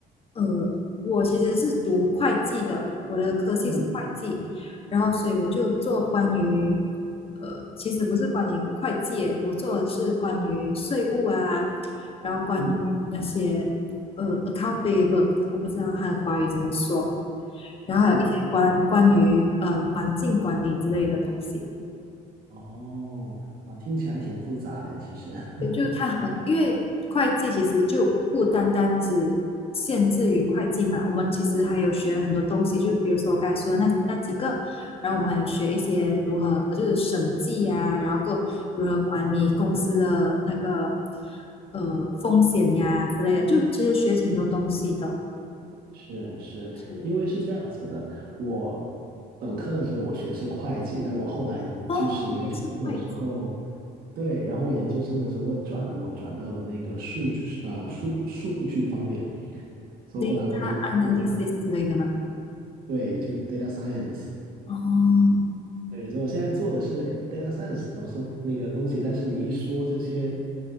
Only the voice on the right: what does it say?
嗯
嗯
嗯，哦，哇，听起来挺复杂的，其实。<laughs>
是是，
因为是这样子的，我本科的时候我学的是会计，但我后来就是研究生的时候，
对，然后我研究生的时候我转了，我转到了那个数据呃数数据方面，所以后来我就就
对就 data science，
对，所以我现在做的是 data science 东西那个东西，但是你一说这些